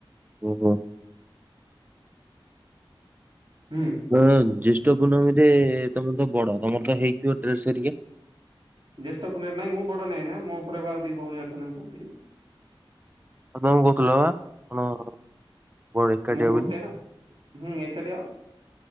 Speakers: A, on the right; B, on the right.
A: ଓହୋ।
B: ହୁଁ।
A: ହ ଜ୍ୟେଷ୍ଠ ପୂର୍ଣ୍ଣମୀ ରେ ତମର ତ ବଡ ତମର ତ ହେଇଥିବ ଡ୍ରେସରିକା।
B: ଜ୍ୟେଷ୍ଠ ପୁନେଇ ନାଇଁ ମୁଁ ବଡ ନାହିଁ ନା ମୋ ଉପରେ ବା ଦି ଭଉଣୀ ଅଛନ୍ତି ମୁଁ କହୁଥିଲି।
A: ଆ ତମେ କହୁଥିଲ ବା କଣ। ବଡ ଏକାଟିଆ
B: ମୁଁ ଗୋଟେ
A: ବୋଲି
B: ନା ହୁଁ ଏକାଟିଆ ବା